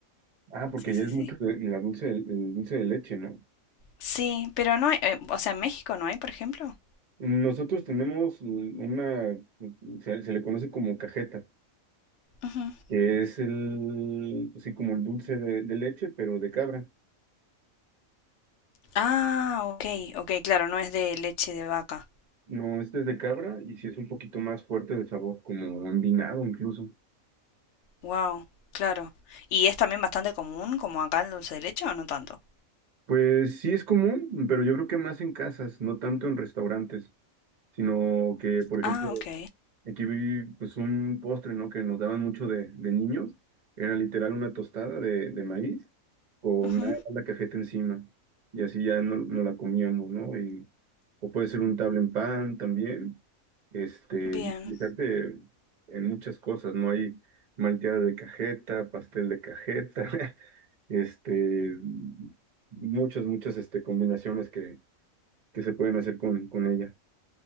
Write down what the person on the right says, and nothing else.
Ah, porque
ya
es
mucho de- la dulce, de- el dulce de leche, ¿no?
Nosotros tenemos una, se, se le conoce como cajeta,
que es el, pues sí, como el dulce de, de leche, pero de cabra.
No, este es de cabra y sí es un poquito más fuerte de sabor, como envinado incluso.
Pues sí es común, pero yo creo que más en casas, no tanto en restaurantes, sino que, por ejemplo,
Aquí vi pues un postre, ¿no? Que nos daban mucho de, de niños. Era literal una tostada de, de maíz con
nada más la cajeta encima. Y así ya no, no la comíamos, ¿no? Y, o puede ser un tabla en pan también. Este,
y utilizarse en muchas cosas, ¿no? Hay malteadas de cajeta, pastel de cajeta, <laughs> este, muchas, muchas este, combinaciones que, que se pueden hacer con, con ella.